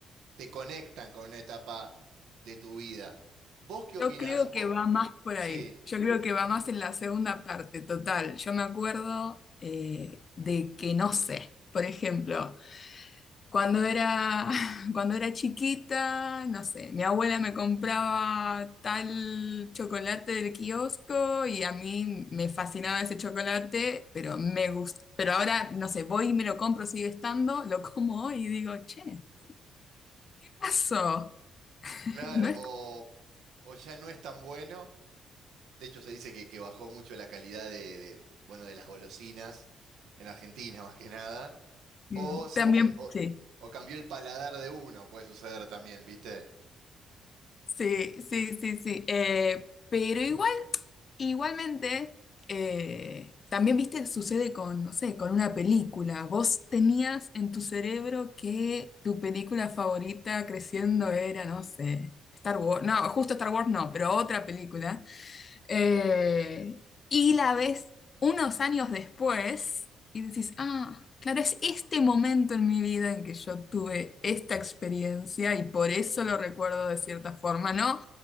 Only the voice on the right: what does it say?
te conectan con una etapa de tu vida. ¿Vos qué opinás?
Vos-
sí,
claro,
o, o ya no es tan bueno. De hecho, se dice que, que bajó mucho la calidad de, de, bueno, de las golosinas en Argentina, más que nada.
O simple
o
o cambió el paladar de uno, puede suceder también, ¿viste?